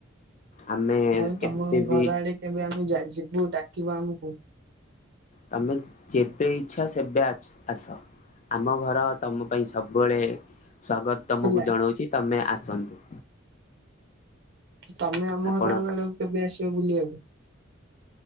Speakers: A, on the left (about 35°); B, on the right (about 60°).
A: ଆମେ
B: ଆଉ
A: କେବେ
B: ତମ
A: ବି
B: ଘର ଆଡେ କେବେ ଆମେ ଯିବୁ ଡାକିବୁ ଆମକୁ?
A: ତମେ ଯେ-ଯେବେ ଇଚ୍ଛା ସେବେ ଆଚ୍ ଆସ। ଆମ ଘର ତମ ପାଇଁ ସବୁବେଳେ ସ୍ଵାଗତ ତମକୁ
B: ହେଲା।
A: ଜନୌଚି ତମେ ଆସନ୍ତୁ।
B: ତମେ ଆମ
A: ଆପଣ
B: ଘର ବେଳକୁ କେବେ ଆସିବ ବୁଲିବାକୁ?